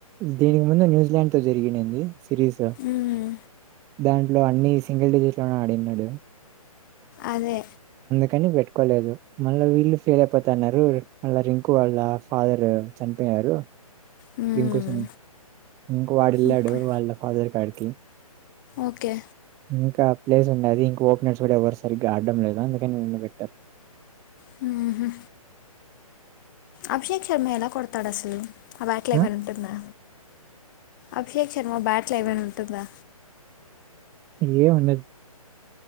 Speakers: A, on the right; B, on the left.
A: దీనికి ముందు న్యూజిలాండ్ తో జరిగినంది సిరీస్
B: మ్మ్.
A: దాంట్లో అన్ని సింగిల్ డిజిట్ లోనే ఆడినాడు
B: అదే
A: కాని పెట్టుకోలేదు మళ్ళ వీళ్ళు ఫెయిల్ అయిపోతన్నారు మళ్ళ రింకు వాళ్ళ ఫాదర్ చనిపోయారు.
B: మ్మ్.
A: ఇంకో సిం ఇంకో వాడు వెళ్ళాడు
B: ఓకే
A: వాళ్ళ ఫాదర్ కాడి ఓకే
B: ఓకే
A: ఇంకా ప్లేస్ ఉంన్నది ఇంక ఓపెన్ర్స్ కూడా ఎవరు సరిగ్గా ఆడడం లేదు అందుకని మిమల్లి పెట్టారు.
B: హు హు అభిషేక్ శర్మ ఎలా కొడుతాడ స్ హ్మ్ అ వ్యాట్లే ఏమైనా
A: ఆ
B: ఉంటుందా అభిషేక్ శర్మ బ్యాట్లేమైనా ఉంటుందా
A: ఏం ఉండదు